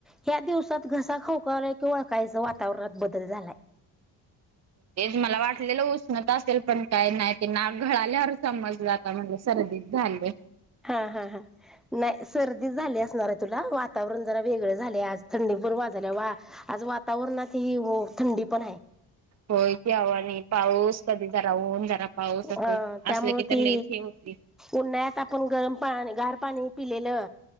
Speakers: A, in the centre; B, on the right (about 35°).
A: ह्या दिवसात घसा खाऊकव्हाल की ओळखायचं वाट वातावरात बदल झालाय.
B: तेच मला वाटलेलं उष्णता असेल पण काय नाही? नाक घळाल्यावर समजल आता म्हणजे सर्दीत झाले.
A: हा, हा, हा, नाही सर्दी झाली असणार आहे तुला वातावरण जरा वेगळे झाले आज थंडी पूर् वा झाल्या वा आज वातावरणात थंडी पण आहे.
B: होय की आवा आणि पाऊस कधी जरा ऊन जरा पाऊस असं
A: हा त्यामुळे
B: असलं की तर
A: ती,
B: लईच हे होतंय.
A: उन्हाळ्यात आपण गरम पा गार पाणी पिलेल.